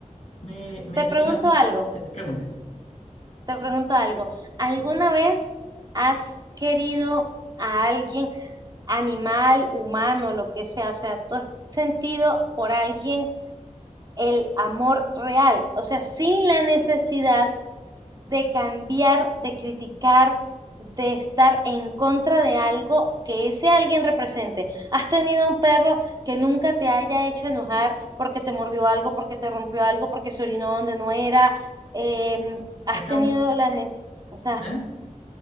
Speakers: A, on the left (about 60°); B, on the right (about 30°).
A: me, me
B: Te
A: he dicho
B: pregunto
A: a mí,
B: algo.
A: te, pregunta,
B: te pregunto algo. ¿Alguna vez has querido a alguien, animal, humano, lo que sea? O sea, ¿tú has sentido por alguien el amor real, o sea, sin la necesidad de cambiar, de criticar, de estar en contra de algo que ese alguien represente. ¿Has tenido un perro que nunca te haya hecho enojar porque te mordió algo, porque te rompió algo, porque se orinó donde no era? Em, ¿has
A: he estado,
B: tenido la nes- o sea,
A: ¿eh?